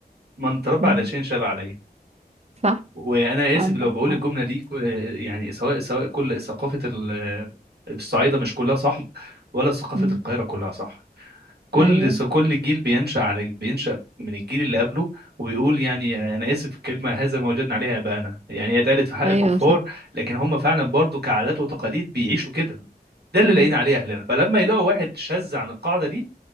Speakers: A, on the right; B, on the right.
A: من اتربى
B: مم.
A: على شيء شاب عليه
B: صح
A: وانا
B: عندك
A: اسف لو بقول
B: حق
A: الجمله دي ك- يعني سواء سواء كل ثقافه ال- الصعيده مش كلها صح ولا ثقافه
B: مم.
A: القاهره كلها صح كل
B: ايوه
A: س- كل جيل بينشأ على بينشأ من الجيل اللي قبله وبيقول يعني انا اسف الكلمه هذا ما وجدنا عليها اباءنا يعني هي اتقالت في حق
B: ايوه
A: الكفار
B: صح
A: لكن هم فعلا برضو كعادات وتقاليد بيعيشوا كده ده
B: مم.
A: اللي لقينا عليه اهلنا فلما يلاقوا واحد شاذ عن القاعده دي